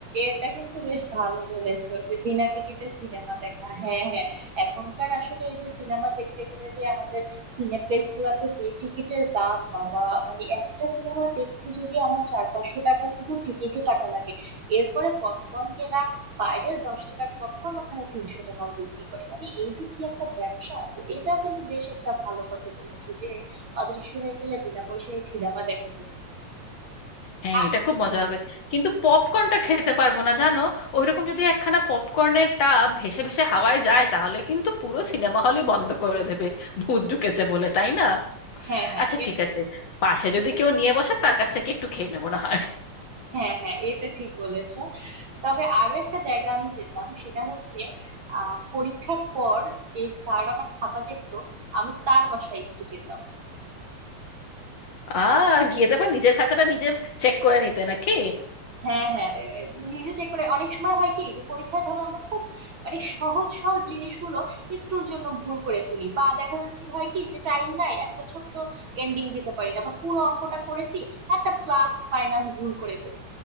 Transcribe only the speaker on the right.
এটা কিন্তু বেশ ভালো বলেছো যে বিনা টিকিটে সিনেমা দেখা হ্যাঁ হ্যাঁ এখনকার আসলে এই যে সিনেমা দেখতে গেলে যে আমাদের সিনেপ্লেক্স গুলাতে যে টিকিটের দাম বাবা মানে একটা সিনেমা দেখতে যদি আমার চার পাঁচশো টাকা শুধু টিকিটই কাটা লাগে এরপরে পপকর্ন কেনা বাইরে দশ টাকার পপকর্ন ওখানে তিনশো টাকাও বিক্রি করে মানে এই যে কি একটা ব্যবসা তো এটা কিন্তু বেশ একটা ভালো কথা বলেছো যে অদৃশ্য হয়ে গেলে বিনা পয়সায় সিনেমা দেখা যেত
আর
হ্যাঁ হ্যাঁ
এ-
হ্যাঁ হ্যাঁ এটা ঠিক বলেছো তবে আরো একটা জায়গা আমি যেতাম সেটা হচ্ছে আহ পরীক্ষার পর যে স্যার আমার খাতা দেখতো আমি তার বাসায় একটু যেতাম
হ্যাঁ হ্যাঁ এ- এ- নিজে চেক করে অনেক সময় হয় কি যে পরীক্ষায় ধরো আমরা খুব মানে সহজ সহজ জিনিসগুলো একটুর জন্য ভুল করে ফেলি বা দেখা যাচ্ছে হয় কি যে টাইম নাই একটা ছোট্ট এন্ডিং দিতে পারি না বা পুরো অঙ্কটা করেছি একটা প্লাস মাইনাস ভুল করে ফেলি